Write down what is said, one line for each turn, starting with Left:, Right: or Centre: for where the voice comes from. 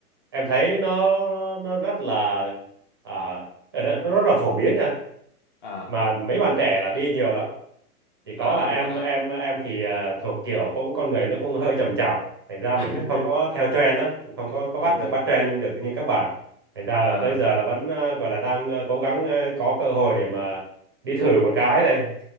Right: em thấy nó nó rất là à, ờ, nó nó rất là phổ biến nha
Left: à
Right: mà mấy bạn trẻ là đi nhiều lắm chỉ
Left: à
Right: có là
Left: đúng
Right: em
Left: rồi đó
Right: em em thì ờ, thuộc kiểu cũng con người nó cũng hơi chậm chạp thành ra
Left: <laughs>
Right: mình cũng không có theo trend á cũng không có
Left: ừ.
Right: có bắt được bắt trend được như các bạn thành ra
Left: à,
Right: là tới giờ là vẫn ờ, gọi là đang ờ, cố gắng ờ, có cơ hội để mà đi thử một cái đây